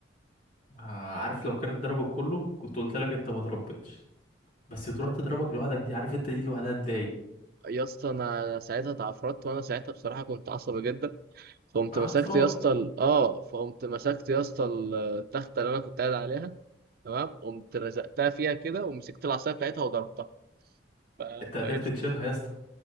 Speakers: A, on the left; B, on the right.
A: آه عارف لو كانت ضربك كله كنت قلت لك انت ما تربيتش بس تروح
B: ف-
A: تضربك لوحدك دي عارف انت دي لوحدها تضايق
B: يا اسطى أنا ساعتها اتعفرت وأنا ساعتها بصراحة كنت عصبي جدا فقمت
A: آه
B: مسكت
A: اطفال
B: يا اسطى ال- اه فقمت مسكت يا اسطى ال- التخته اللي انا كنت قاعد عليها تمام قمت رزقتها فيها كده ومسكت العصايه بتاعتها وضربتها ف-
A: انت قدرت
B: فايش
A: تشيلها يا اسطى